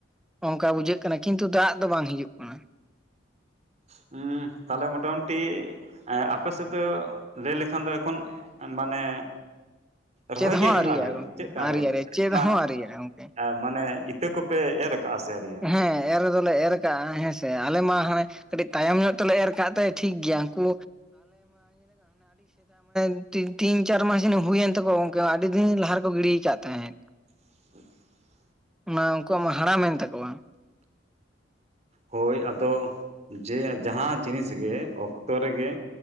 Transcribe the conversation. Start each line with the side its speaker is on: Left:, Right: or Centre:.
Centre: ᱚᱱᱠᱟ ᱵᱩᱡᱷᱟᱹᱜ ᱠᱟᱱᱟ ᱠᱤᱱᱛᱩ ᱫᱟᱜ ᱫᱚ ᱵᱟᱝ ᱦᱤᱡᱩᱜ ᱠᱟᱱᱟ
Right: ᱦᱩᱸ ᱛᱟᱦᱚᱞᱮ ᱢᱚᱴᱟᱢᱩᱴᱤ ᱮ ᱟᱯᱮ ᱥᱮᱫ ᱫᱚ ᱞᱟᱹᱭ ᱞᱮᱠᱷᱟᱱ ᱫᱚ ᱮᱠᱷᱚᱱ ᱢᱟᱱᱮ ᱨᱚᱦᱚᱭ
Centre: ᱪᱮᱫ ᱦᱚᱸ
Right: ᱜᱮᱭᱟ. ᱠᱚ
Centre: ᱟᱹᱣᱨᱤᱭᱟᱜᱼᱟ
Right: ᱟᱱᱟ ᱟ. ᱨᱤᱭᱟ.
Centre: ᱜᱚᱝᱠᱮ
Right: ᱪᱮᱫ ᱠᱚ ᱟᱨᱤᱭᱟ.
Centre: ᱟᱹᱣᱨᱤᱭᱟᱜ ᱨᱮ ᱪᱮᱫ ᱦᱚᱸ ᱟᱹᱣᱨᱤᱭᱟᱜᱼᱟ
Right: <inaudible>
Centre: ᱜᱚᱝᱠᱮ
Right: ᱢᱟᱱᱮ ᱤᱛᱟ ᱠᱚᱯᱮ ᱮᱨ ᱠᱟᱜᱼᱟ ᱥᱮ ᱟᱣᱨ
Centre: ᱦᱮᱸ ᱮᱨ ᱫᱚᱞᱮ ᱮᱨ ᱟᱠᱟᱜᱼᱟ ᱦᱮᱸᱥᱮ ᱟᱞᱮ ᱢᱟ ᱦᱚᱸᱜᱚᱭ ᱠᱟᱹᱴᱤᱡ ᱛᱟᱭᱚᱢ ᱧᱚᱜ ᱛᱮᱞᱮ ᱮᱨ ᱠᱟᱜ ᱛᱮ ᱴᱷᱤᱠ ᱜᱮᱭᱟ ᱦᱟᱱᱠᱩ <unintelligible> ᱛᱤᱱ ᱪᱟᱨ ᱢᱟᱥ ᱦᱩᱭᱮᱱ ᱛᱟᱠᱚᱣᱟ ᱜᱚᱝᱠᱮ ᱟᱹᱰᱤ ᱫᱤᱱ ᱞᱟᱦᱟ ᱨᱮᱠᱚ ᱜᱤᱲᱤ ᱪᱟᱜ ᱛᱟᱦᱮᱜ
Right: <inaudible>
Centre: <unintelligible> ᱢᱟ ᱩᱱᱠᱩᱣᱟᱜ ᱢᱟ ᱦᱟᱲᱟᱢ ᱮᱱ ᱛᱟᱠᱚᱣᱟ
Right: ᱦᱳᱭ ᱟᱫᱚ ᱡᱮ ᱡᱟᱦᱟ ᱡᱤᱱᱤᱥ ᱜᱮ ᱚᱠᱛᱚ ᱨᱮᱜᱮ